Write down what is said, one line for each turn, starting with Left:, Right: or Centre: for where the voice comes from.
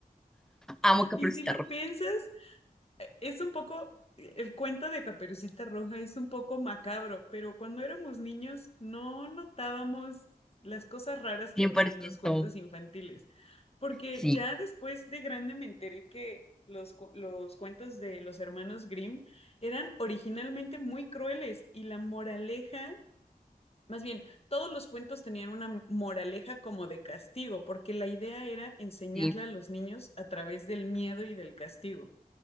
Centre: Amo Caperucita
Left: Y si lo
Centre: Roja,
Left: piensas, eh, es un poco, el cuento de Caperucita Roja es un poco macabro, pero cuando éramos niños no notábamos las cosas raras que
Centre: cien
Left: había
Centre: por
Left: en
Centre: ciento
Left: los cuentos infantiles. Porque
Centre: Sí,
Left: ya después de grande me enteré que los, cu- los cuentos de los hermanos Grimm eran originalmente muy crueles y la moraleja, más bien, todos los cuentos tenían una moraleja como de castigo, porque la idea era enseñarle
Centre: sí,
Left: a los niños a través del miedo y del castigo.